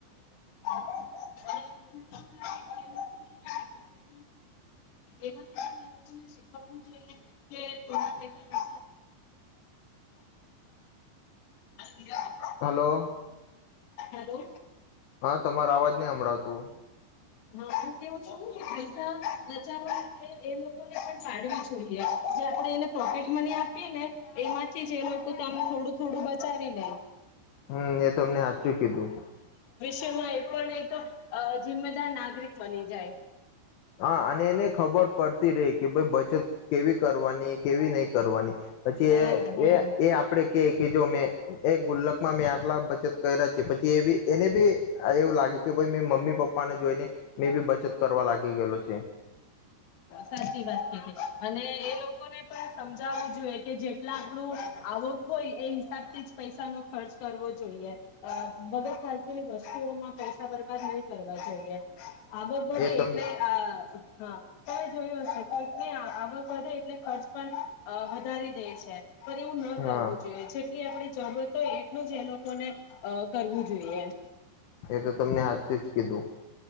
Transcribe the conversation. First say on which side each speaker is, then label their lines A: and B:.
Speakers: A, on the left; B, on the left.
A: <unintelligible> એમાંથી લોકોને શીખવવું જોઈો પૈસાચ એ <unintelligible>
B: હલો.
A: હેલો
B: હા તમાર અવાજ નહી હભાળતું
A: હા હું એવું છું કે પૈસા બચાવવા એ લોકોને પણ પાડવી જોઈએ જે આપડે એને પોકેટ મની આપીએ ને એમાંથી જ એ લોકો આમ થોડું થોડું બચાવી લે
B: હમ એ તમને સાચું કીધું
A: વિશ્માં એ પણ એક અ જિમ્મેદાર નાગરિક બની જાય
B: હા અને એને ખબર પડતી રહી કે ભાઈ બચત કેવી કરવાની કેવી નહી કરવાની પછી
A: હમ
B: એ
A: હમ
B: એ એ આપડે કે કે જો મેં એ ગુલ્લક માં મેં આટલા બચત કર્યા છે પછી એ બી એને બી એવું લાગે કે ભ મે મમ્મી પપ્પાને જોઈને મેં બી બચત કરવા લાગે થગેલો છે
A: સાચી વાત કીધી અને એ લોકોને પણ સમજાવવું જોઈએ કે જેટલા આપડું આવક હોય એ હિસાબથી જ પૈસા નો ખર્ચ કરવો જોઈએ બગર ખાલતુની વસ્તુઓમાં પૈસા બરબાદ નહી કરવા જોઈએ આગળ વધી
B: એ તમને
A: એટલે આ હા જોયું હશે કોઈક આવક વધે ખર્ચ પણ અવધારી દેશ છે પણ એવું ન
B: હા
A: કરવું જોઈએ જેટલી આપણે જરૂર તો એટલું જ એ લોકો ને અ કરવું જોઈએ
B: એ તો તમને હું જ કીધું